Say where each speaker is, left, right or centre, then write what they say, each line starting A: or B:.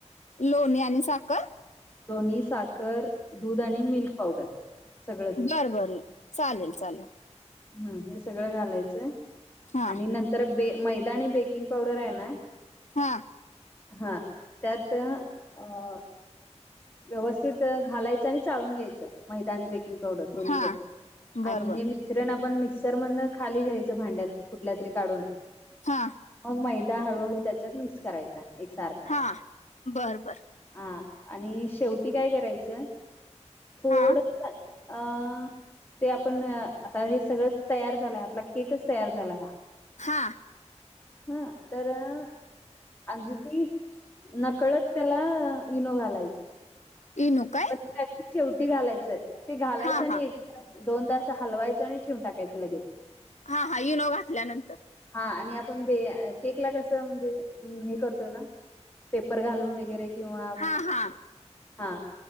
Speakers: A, on the left (about 80°); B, on the left (about 20°).
A: लोणी आणि साखर?
B: लोणी, साखर दूध आणि मिल्क. पावडर सगळंच
A: बर बर. चालेल चालेल.
B: हम. हे सगळं घालायचंय
A: हा
B: आणि नंत- तर बे मैदा आणि बेकिंग पावडर आहे ना?
A: हा.
B: हा. त्यात अ- व्यवस्थित घालायचं आणि चाळुन घ्यायचं. मैदा आणि बे- किंग पावडर दोन्ही
A: हा
B: प
A: बर
B: आणि
A: बर
B: हे मी - श्रण आपण मिक्सर मधन खाली घ्यायचं भांड्यात कुठल्या तरी काढून.
A: हां.
B: मग मैदा हळूहळू त्याच्यात मिक्स करायचा एक सारखा.
A: हा बर बर
B: हा. आणि शेवटी काय करायचं? थोड-
A: हा
B: अं? ते आपण आता हे सगळंच तयार झालंय. आपला केकच तयार झालाय हा.
A: हा.
B: हं. तर- अगदी नकळत त्याला इनो घालायचं.
A: इनो काय?
B: पण अगदी शेवटी घालायचंय. ते घालायचं
A: हा
B: आणि
A: हा
B: एक- दोनदा अस हलवायच आणि ठेवून टाकायचं लगेच.
A: हा हा. इनो घातल्यानंतर.
B: हा. आणि आपण बे, केकला कसं म्हणजे हे करतो ना? पेपर घालून वगैरे किंवा
A: हा हा
B: हा.